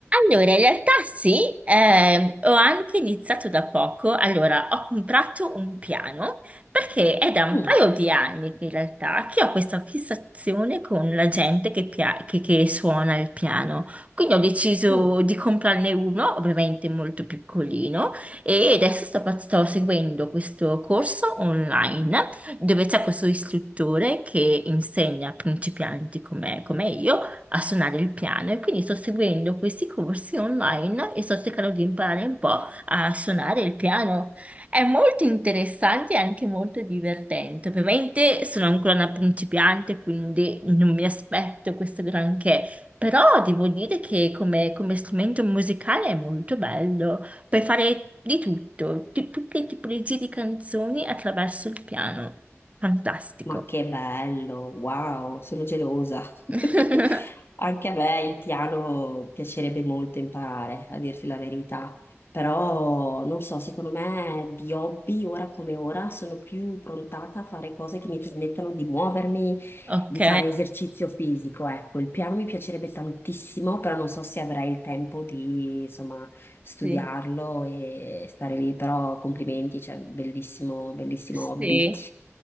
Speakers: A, on the right (about 30°); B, on the left (about 50°).
A: Allora, in realtà sì, ehm, ho anche iniziato da poco. Allora, ho comprato un piano perché è da un
B: Mm,
A: paio di anni che in realtà che ho questa fissazione con la gente che, pia- che- che suona il piano. Quindi ho deciso
B: mm.
A: di comprarne uno, ovviamente molto piccolino, e adesso sto, pa- sto seguendo questo corso online dove c'è questo istruttore che insegna a principianti come come io a suonare il piano e quindi sto seguendo questi corsi online e sto cercando di imparare un po' a suonare il piano. È molto interessante e anche molto divertente. Ovviamente sono ancora una principiante, quindi non mi aspetto questo granché. Però devo dire che come, come strumento musicale è molto bello. Puoi fare di tutto, di tutte le tipologie di canzoni attraverso il piano. Fantastico.
B: Ma che bello, wow, sono gelosa. <laughs>
A: <laughs>
B: Anche a me il piano piacerebbe molto imparare, a dirti la verità. Però non so, secondo me di hobby, ora come ora, sono più prontata a fare cose che mi permettano di muovermi,
A: Ok,
B: di fare esercizio fisico, ecco, il piano mi piacerebbe tantissimo, però non so se avrei il tempo di, insomma, studiarlo
A: sì.
B: e stare lì, però complimenti, cioè, bellissimo, bellissimo
A: Sì,
B: hobby.